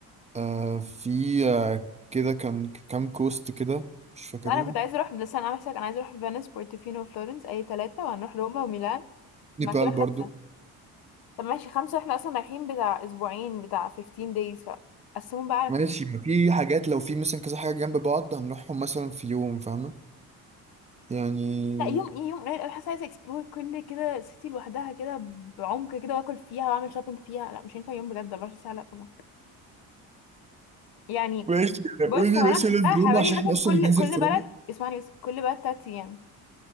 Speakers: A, on the right; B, on the left.
A: آه في آه كده كان كام كوست كده مش فاكرهم
B: لا انا كنت عايزه اروح بس انا عامله حسابك انا عايزه اروح فينيس بورتوفينو وفلورنس اي ثلاثه وهنروح روما وميلان
A: نيبال
B: مع كده خمسه
A: برضو
B: طب ماشي خمسه احنا اصلا رايحين بتاع اسبوعين بتاع 15 days فقسمهم بقى على
A: ماشي ما في حاجات لو في مثلا كذا حاجة جنب بعض هنروحهم مثلا في يوم فاهمة يعني
B: لا يوم ايه، يوم قليل قوي حاسه عايزه اكسبلور كل كده سيتي لوحدها كده بعمق كده واكل فيها واعمل شوبينج فيها لا مش هينفع يوم بجد 24 ساعه لا طبعا يعني
A: ماشي
B: بص
A: قولي
B: هو انا
A: مثلا
B: حسبتها
A: روما
B: حوالي
A: عشان
B: مثلا
A: احنا اصلا
B: كل
A: هننزل
B: كل
A: في
B: بلد
A: روما
B: اسمعني بس كل بلد تلات ايام